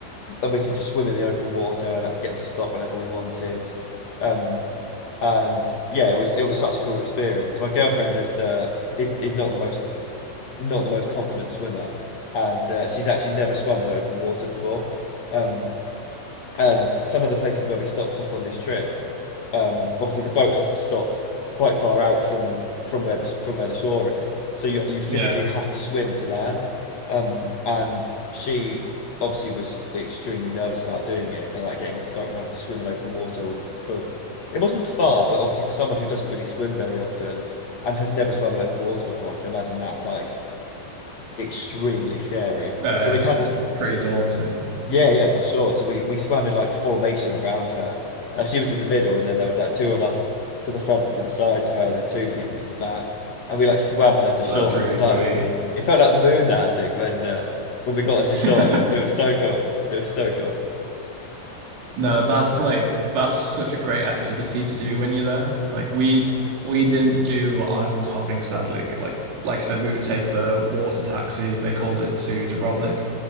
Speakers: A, on the left; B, on the right.
A: and we could just swim in the open water, and that's get them to stop whenever we wanted. Um, and yeah, it was it was such a cool experience. My girlfriend is uh is is not the most not the most confident swimmer, and uh, she's actually never swum in open water before. Um, and some of the places where we stopped off on this trip um obviously the boat has to stop quite far out from from where the from where the shore is so you you physically
B: yeah
A: have to swim to land um and she obviously was extremely nervous about doing it and like getting off the boat and having to swim in open water for it wasn't far but obviously for someone who doesn't really swim very often and has never swum in open water before I can imagine that's like extremely scary
B: uh,
A: so we kind of
B: pretty daunting
A: yeah, yeah, for sure. So we we swam in like formation around her. Uh, she was in the middle, and then there was like two of us to the front and to the sides of her, and then two people to the back. And we like swam her to shore.
B: that's really
A: And it was
B: sweet
A: like it felt like the moon landing when uh, when we got her to
B: <laughs>
A: shore. It was it was so cool. It was so cool.
B: No, that's like that's such a great activity to do when you're there. Like we we didn't do island hopping sadly. Like like I said, we would take the water taxi, they called it, to Dubrovnik.